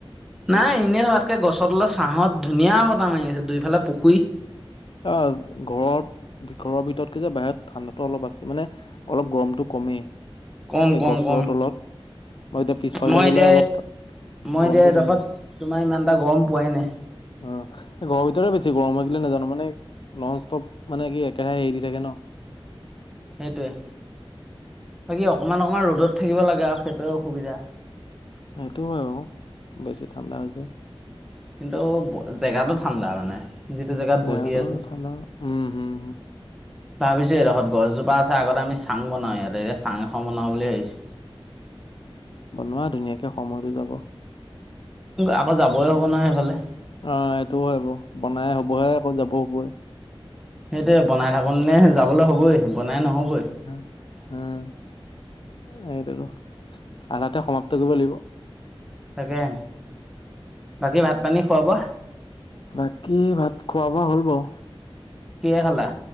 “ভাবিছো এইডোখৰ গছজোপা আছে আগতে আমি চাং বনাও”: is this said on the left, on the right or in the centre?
Centre